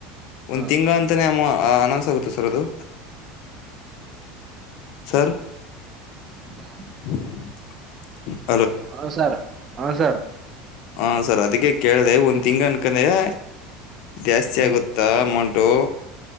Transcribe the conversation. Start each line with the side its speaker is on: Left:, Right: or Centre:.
Left: ಒಂದು
Right: ಹ
Left: ತಿಂಗಳ್ ಅಂತಾನೇ ಅ ಅನೌನ್ಸ್ ಆಗುತ್ತೆ ಸರ್ ಅದು ಸರ್ ಹ್ಮ
Right: ಹ ಹ ಸರ್ ಹ ಸರ್
Left: ಹಾ ಸರ್ ಅದಕ್ಕೆ ಕೇಳಿದೆ ಒಂದು ತಿಂಗ್ ಅನ್ಕಂದ್ರೆ ಜಾಸ್ತಿ
Right: ಹ್ಮ್
Left: ಆಗುತ್ತಾ ಅಮೌಂಟು